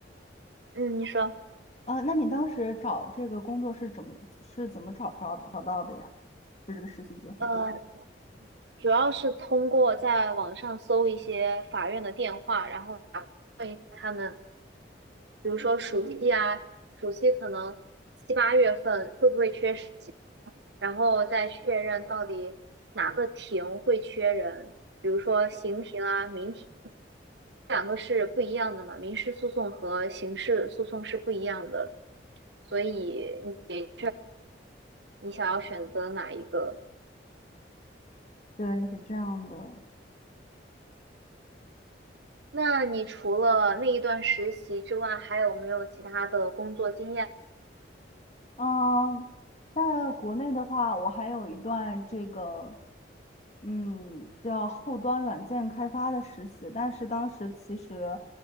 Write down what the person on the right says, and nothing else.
嗯，你说，
呃，主要是通过在网上搜一些法院的电话，然后打问一下他们，比如说暑期啊，暑期可能七八月份会不会缺实习，然后再确认到底哪个庭会缺人，比如说刑庭啊、民庭两个是不一样的嘛，民事诉讼和刑事诉讼是不一样的，所以你你想要选择哪一个？
那你除了那一段实习之外，还有没有其他的工作经验？